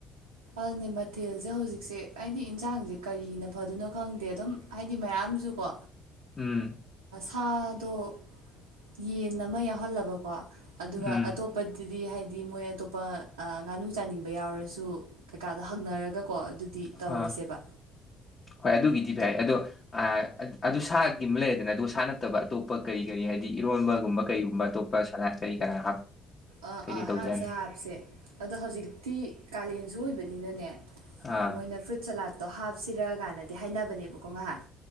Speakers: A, on the right; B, on the left.
A: ꯑꯗꯨꯅꯦ ꯃꯊꯦꯜꯁꯦ ꯍꯧꯖꯤꯛꯁꯦ ꯑꯩꯗꯤ ꯏꯟꯁꯥꯡꯖꯦ ꯀꯔꯤꯅ ꯐꯗꯣꯏꯅꯣ ꯈꯪꯗꯦ ꯑꯗꯨꯝ ꯍꯥꯏꯗꯤ ꯃꯌꯥꯝꯖꯨ ꯀꯣ
B: ꯎꯝ
A: ꯁꯥꯗꯣ ꯌꯦꯟ ꯑꯃ ꯌꯥꯎꯍꯜꯂꯕꯀꯣ ꯑꯗꯨꯒ
B: ꯎꯝ
A: ꯑꯇꯣꯞꯄꯗꯗꯤ ꯍꯥꯏꯗꯤ ꯑꯗꯨꯗꯤ ꯃꯣꯏ ꯑꯇꯣꯞꯄ ꯄꯥ ꯑꯩ ꯉꯥꯅꯨ ꯆꯥꯅꯤꯡꯕ ꯕ ꯌꯥꯎꯔꯁꯨ ꯀꯩꯀꯥꯗꯣ ꯍꯪꯅꯔꯒꯀꯣ ꯑꯗꯨꯗꯤ ꯇꯧꯔꯁꯦꯕ
B: ꯑ ꯍꯣꯏ ꯑꯗꯨꯒꯤꯗꯤ ꯐꯩ ꯑꯗꯣ ꯑ ꯑꯗꯨ ꯁꯥꯒꯤ ꯑꯃ ꯂꯩꯔꯦꯗꯅ ꯑꯗꯨꯒ ꯁꯥ ꯅꯠ ꯅꯠꯇꯕ ꯑꯇꯣꯞꯄ ꯀꯔꯤ ꯀꯔꯤ ꯍꯥꯏꯗꯤ ꯏꯔꯣꯟꯕꯒꯨꯝꯕ ꯀꯩꯒꯨꯝꯕ ꯑꯇꯣꯞꯄ ꯁꯂꯥꯠ ꯀꯔꯤ ꯀꯔꯥ ꯍꯥꯞ
A: ꯑꯥ
B: ꯀꯩꯀꯩ
A: ꯑꯥ
B: ꯇꯧꯖꯥꯠꯅꯣ
A: ꯍꯥꯞꯁꯦ ꯍꯥꯞꯁꯦ ꯑꯗꯣ ꯍꯧꯖꯤꯛꯇꯤ ꯀꯥꯂꯦꯟꯁꯨ ꯑꯣꯏꯕꯅꯤꯅꯅꯦ
B: ꯑꯥ
A: ꯃꯣꯏꯅ ꯐ꯭ꯔꯨꯏꯠ ꯁꯂꯥꯠ ꯑꯗꫭ ꯍꯥꯞꯁꯤꯔ ꯒꯥꯏꯅꯗꯤ ꯍꯥꯏꯅꯕꯅꯦꯕꯀꯣ ꯉꯍꯥꯟ